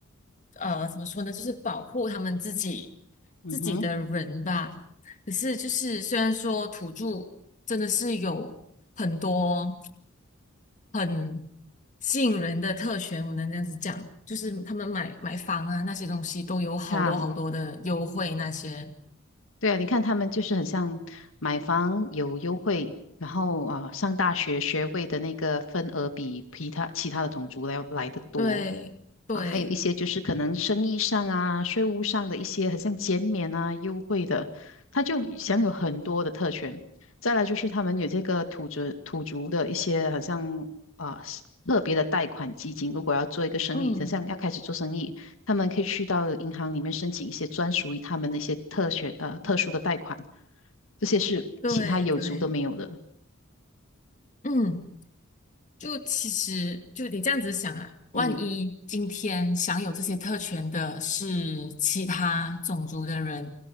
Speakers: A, on the left; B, on the left.
A: 呃，怎么说呢，就是保护他们自己
B: 嗯哼，
A: 自己的人吧。可是就是虽然说土著真的是有很多很吸引人的特权，我能这样子讲，就是他们买买房啊那些东西都有好多好多的优惠那些。
B: 看啊对啊，你看他们就是很像买房有优惠，然后啊，上大学学位的那个份额比其他其他的种族来来的多。
A: 对对，
B: 啊，还有一些就是可能生意上啊、税务上的一些，很像减免啊、优惠的，他就享有很多的特权。再来就是他们有这个土族土族的一些，好像啊、特别的贷款基金，如果要做一个生意，
A: 嗯，
B: 想像要开始做生意，他们可以去到银行里面申请一些专属于他们的一些特选呃特殊的贷款，这些是其他有族都没有的。
A: 对对，嗯。就其实就得这样子想啊，万一今天享有这些特权的是其他种族的人，
B: 嗯，